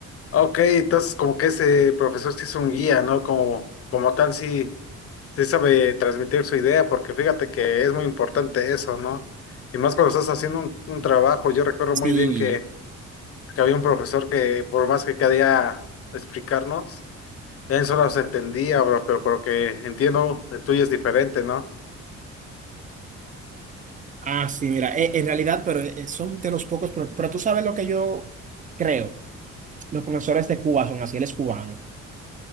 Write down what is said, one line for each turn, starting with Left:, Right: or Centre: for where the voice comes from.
Left: Ok, entonces como que ese profesor sí es un guía, ¿no? Como, como tal, sí. Sí sabe transmitir su idea, porque fíjate que es muy importante eso, ¿no? Y más cuando estás haciendo un, un trabajo, yo recuerdo
Right: Sí.
Left: muy bien que, que había un profesor que por más que quería explicarnos, él solo se entendía, bro, pero por lo que entiendo, el tuyo es diferente, ¿no?
Right: Ah, sí, mira, e- en realidad, pero eh, son de los pocos, pro- pero, tú sabes lo que yo creo, los profesores de Cuba son así, él es cubano.